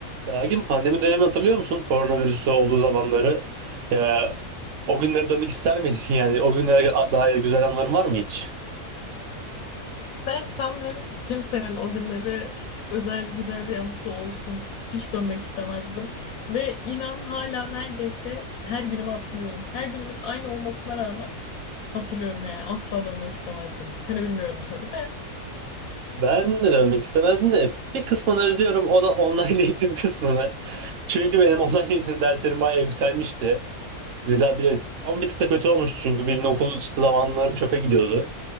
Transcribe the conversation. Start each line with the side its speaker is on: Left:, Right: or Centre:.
Right: Belki pandemi dönemi hatırlıyor musun? Koronavirüsü olduğu zamanları. Ya, o günlere dönmek ister miydin? <laughs> Yani o günlere dair güzel anıların var mı hiç?
Left: Ben sanmıyorum ki kimsenin o günleri özel güzel bir anısı olsun. Hiç dönmek istemezdim. Ve inan hala neredeyse her günümü hatırlıyorum. Her günümün aynı olmasına rağmen hatırlıyorum yani. Asla dönmek istemezdim. Seni bilmiyorum tabii de.
Right: Ben de dönmek istemezdim de bir kısmını özlüyorum. O da online <laughs> eğitim kısmını. Çünkü benim online eğitim derslerim bayağı yükselmişti. Güzel bir ama bir tık da kötü olmuştu çünkü bildiğin okul dışı zamanlarım çöpe gidiyordu.